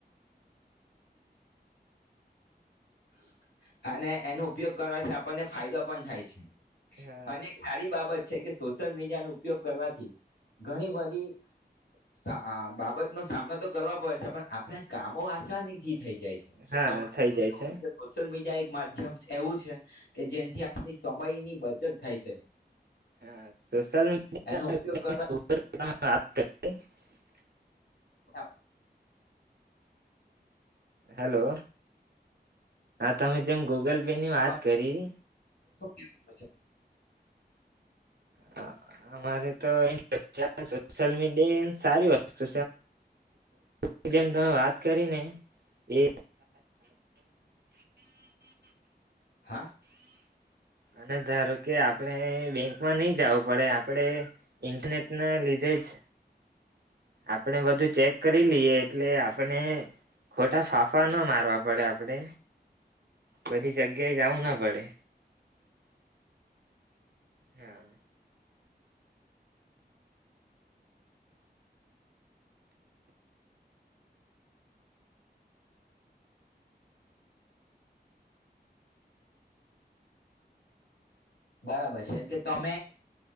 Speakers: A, on the left (about 85°); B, on the right (about 70°).
A: <inaudible> અને એનો ઉપયોગ કરવાથી આપ. આપણ ને ફાયદો પણ થાય છે.
B: હા
A: અને એક સારી બાબત. છે કે સોશિયલ મીડિયા ન ઉપયોગ કરવાથી ઘણી બધી સ આ બાબતનો સામનો તો કરવા પડે છે પણ આપણા કામો આશાથી થઈ જાય છે.
B: હા
A: <unintelligible>
B: થઈ જાય છે
A: સોશિયલ મીડિયા એક માધ્યમ એવું છે કે જેનાથી આપણી સમયની બચત થાય છે.
B: હા. સોશલ મીડિયા.
A: એનો ઉપયોગ કરવા
B: <unintelligible> <unintelligible>
A: આપ
B: હેલો તમે કેમ ગૂગલ પે ની
A: તમારે
B: વાત કરી
A: <unintelligible>
B: હ અમારે તોયલ મીડિયા સારી વસ્તુ છે જેમ તમે વાત કરીને એ
A: હા
B: અને ધારો કે આપણે બેંકમાં નઈ જવું પડે આપણેે ઈન્ટરનેટ ના લીધે જ આપણેે બધું ચેક કરી લઈએ એટલે આપણે ખોટા ફાફા ના મારવા પડે આપણે બધી જગ્યાએ જવું ના પડે હા
A: બરાબર છે કે તમે